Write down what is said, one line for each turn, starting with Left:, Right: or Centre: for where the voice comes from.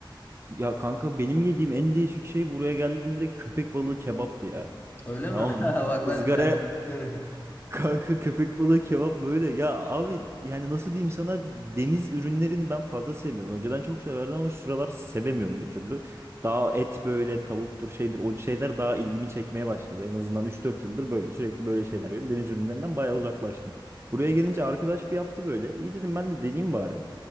Right: Ya kanka benim yediğim en değişik şey buraya geldiğimde köpek balığı kebaptı ya.
Left: Öyle
Right: Tamam.
Left: mi? <laughs> Bak ben
Right: ızgara
Left: ben-
Right: kanka köpek balığı kebap böyle. Ya abi yani nasıl diyeyim sana deniz ürünlerini ben fazla sevmiyorum. Önceden çok severdim ama şu sıralar sevemiyorum bir türlü. Daha et böyle tavuktur şeydir o şeyler daha ilgimi çekmeye başladı. En azından üç dört yıldır böyle sürekli böyle şeyler yiyorum. Deniz ürünlerinden bayağı uzaklaştım. Buraya gelince arkadaş bir yaptı böyle. İyi dedim ben de deneyeyim bari.